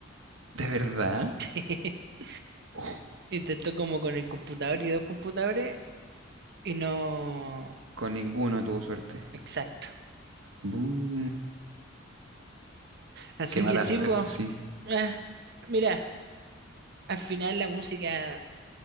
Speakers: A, on the right; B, on the right.
A: ¿De verdad?
B: <laughs>
A: Oh,
B: Intentó como con el computador y dos computadores Y no.
A: con ninguno tuvo suerte.
B: Exacto.
A: Bu,
B: Así
A: qué mala
B: que sí,
A: suerte,
B: pues.
A: sí.
B: eh, mira, al final la música